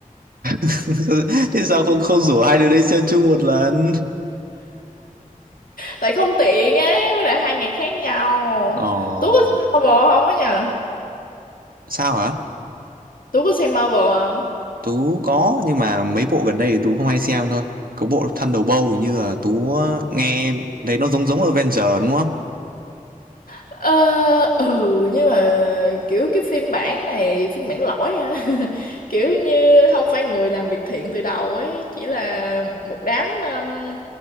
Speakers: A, on the right; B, on the left.
A: <laughs> thế sao không không rủ hai đứa đấy xem chung một lần
B: Tại không tiện ấy với lại hai ngày khác nhau.
A: ờ
B: Tú có xem Marvel không á nhờ?
A: sao hả
B: Tú có xem Marvel không?
A: Tú có nhưng mà mấy bộ gần đây thì Tú không hay xem thôi có bộ Thunderbolt hình như là Tú nghe thấy nó giống giống Avenger đúng không
B: Ờ, ừ nhưng mà kiểu cái phiên bản này phiên bản lỗi hả <laughs> kiểu như không phải người làm việc thiện từ đầu ấy chỉ là một đám um,